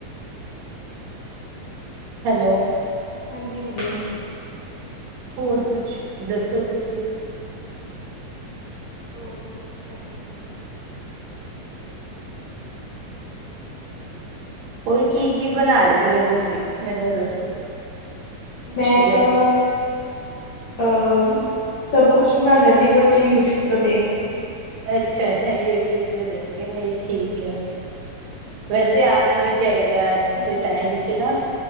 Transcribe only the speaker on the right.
ਹੈਲੋ
ਹੋਰ ਕੁਛ, ਦੱਸੋ ਤੁਸੀ?
ਹੋਰ ਕੀ-ਕੀ
ਬਨਾ
ਲੈਂਦੇ ਓ ਤੁਸੀਂ ਮੈਨੂੰ ਦੱਸੋ?
ਜ
ਅੱਛਾ-ਅੱਛਾ, ਯੂਟਿਊਬ ਤੋਂ ਦੇਖ ਕੇ ਨਈ ਠੀਕ ਐ। ਵੈਸੇ ਆਨਾ ਵੀ ਚਾਈਦਾ ਆੱਜ
ਦੇ ਟਾਈਮ ਚ ਨਾ